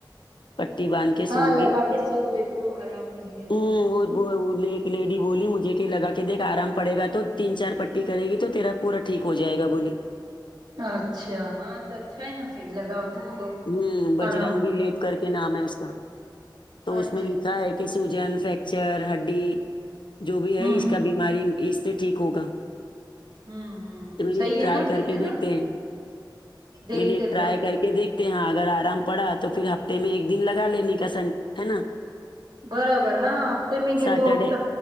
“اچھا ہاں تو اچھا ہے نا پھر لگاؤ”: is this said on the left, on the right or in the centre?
Right